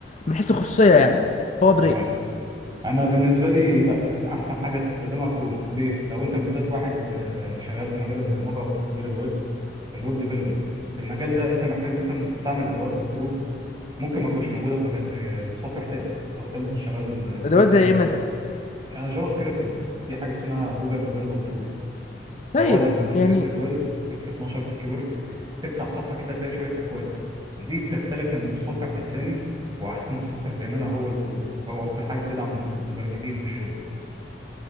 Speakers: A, on the left; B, on the right.
A: من حيث الخصوصية يعني هو بريف
B: تمام انا بالنسبه لي لا يعني احسن حاجه تستخدمها كروم ليه لو انت بالذات واحد آه، شغال في مجال البرمجه وتطوير الويب الويب ديفلوبمنت المجال ده انت محتاج مثلا تستعمل ادوات في الكروم ممكن ما تكونش موجوده في مجال في متصفح تاني لو انت مثلا شغال
A: أدوات
B: فرونت
A: زي
B: اند
A: إيه مثلا
B: يعني جافا سكريبت مثلا في حاجه اسمها جوجل ديفلوبر تول اللي
A: طيب
B: هو لما تدوس
A: يعني
B: اف 12 اف 12 في الكيبورد تفتح صفحه كده فيها شويه اكواد دي بتختلف من متصفح للتاني واحسن متصفح بيعملها هو الكروم هو اكتر حاجه بتدعم المبرمجين في الشغل